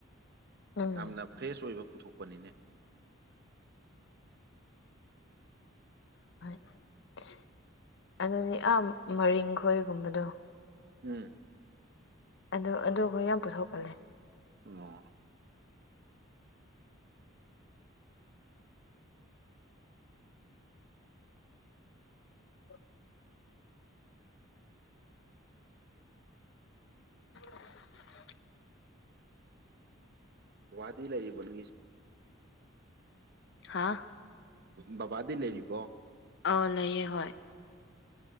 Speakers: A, on the left; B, on the right.
A: ꯎꯝ
B: ꯌꯥꯝꯅ ꯐ꯭ꯔꯦꯁ ꯑꯣꯏꯕ ꯄꯨꯊꯣꯛꯄꯅꯤꯅꯦ
A: <unintelligible> ꯑꯗꯨꯗꯤ ꯑꯥ ꯃꯔꯤꯡ ꯈꯣꯏꯒꯨꯝꯕꯗꯣ
B: ꯎꯝ
A: ꯑꯗꯨ ꯑꯗꯨ ꯑꯩꯈꯣꯏ ꯌꯥꯝ ꯄꯨꯊꯣꯛꯀꯜꯂꯦ
B: ꯑꯣ
A: ꯍ <unintelligible>
B: ꯋꯥꯗꯤ ꯂꯩꯔꯤꯕꯅꯪꯒꯤꯁ
A: ꯍꯥꯥ
B: ꯕꯕꯥꯗꯤ ꯂꯩꯔꯤꯕꯣ
A: ꯑꯥꯎ ꯂꯩꯌꯦ ꯍꯣꯏ